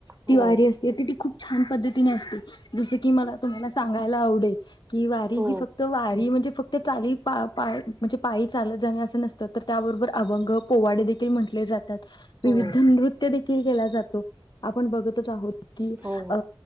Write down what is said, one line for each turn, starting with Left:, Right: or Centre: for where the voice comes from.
Right: हो
Left: ती वारी असते. त ती खूप छान पद्धतीने असते. जसं की मला तुम्हाला सांगायला आवडेल. की वारी
Right: हो
Left: ही फक्त वारी म्हणजे फ वारी प पाय म्हणजे पायी चालत जाणे असं नसतं, तर त्याबरोबर अभंग पोवाडे देखील म्हंटले जा तात
Right: हो
Left: विविध नृत्य देखील केला जातो. आपण बघतच आहोत. की
Right: हो
Left: अ